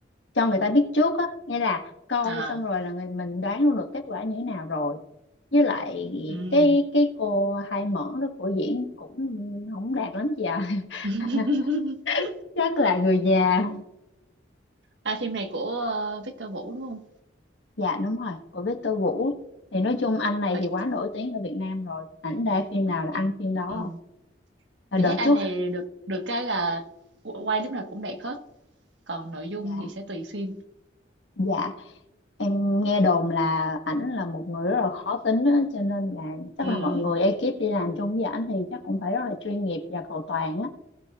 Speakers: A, on the left; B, on the right.
A: cho người ta biết trước á nghĩa là coi
B: à
A: xong rồi là người mình đoán luôn được kết quả như thế nào rồi với lại
B: ừ
A: cái cái cô hai mẫn đó của diễn cũng không đạt lắm chị ạ
B: <laughs>
A: <laughs> rất là người già
B: à phim này của ờ, Victor Vũ đúng không
A: Dạ đúng rồi, của Victor Vũ. Thì nói chung anh này
B: Ờ,
A: thì quá
B: chị,
A: nổi tiếng ở Việt Nam rồi. Ảnh ra phim nào là
B: chị,
A: ăn phim đó.
B: ừ.
A: Là
B: chị
A: đợt
B: thấy anh
A: trước,
B: này được được cái là qu- quay lúc nào cũng đẹp hết còn nội dung
A: dạ,
B: thì sẽ tùy phim
A: dạ. Em nghe đồn là ảnh là một người rất là khó tính á, cho nên là chắc
B: ừ
A: là mọi người ekip đi làm chung với ảnh thì chắc cũng phải rất là chuyên nghiệp và cầu toàn á.